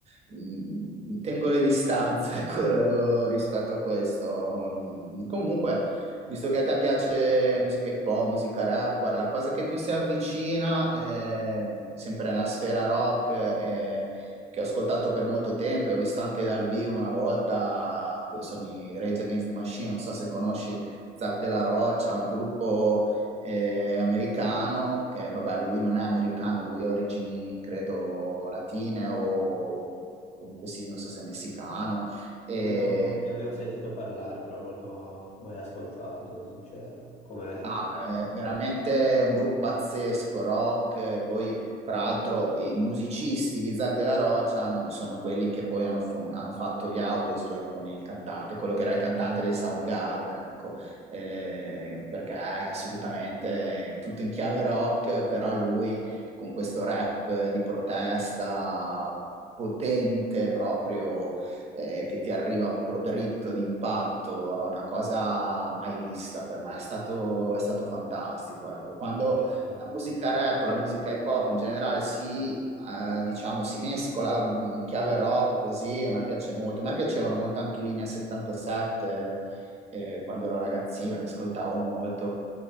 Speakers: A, on the right; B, on the left.
A: mh, tengo le distanze, <laughs> ecco, rispetto a questo. Mh, Comunque... Visto che a te piace musica hip hop, musica rap, guarda, la cosa che più si avvicina, eh, sempre nella sfera rock, eh, che ho ascoltato per molto tempo e ho visto anche dal vivo una volta, sono i Rage Against the Machine, non so se conosci Zac Della Rocha, un gruppo eh, americano, che vabbè, lui non è americano, lui ha origini, credo, latine o comunque sì, non so se messicano. E
B: avevo- ne avevo sentito parlare, però non l'ho mai ascoltato, sono sincero. Com'è?
A: Ah,
B: Com'è?
A: è veramente un gruppo pazzesco, rock, eh, poi tra l'altro i musicisti di Isaac Della Rocha hanno- sono quelli che poi hanno, fon- hanno fatto gli Audioslave con il cantante, quello che era il cantante dei Soundgarden, ecco, Eh, perché è assolutamente tutto in chiave rock, però lui con questo rap di protesta potente proprio eh, che ti arriva proprio dritto d'impatto, è una cosa mai vista per me, è stato, è stato fantastico. Ecco, quando
B: Eh, ci sta.
A: la musica rap o la musica hip hop in generale si, eh, diciamo, si mescola mm, in chiave rock così, a me piace molto. A me piacevano molto anche i Linea 77, eh, quando ero ragazzino, li ascoltavo molto.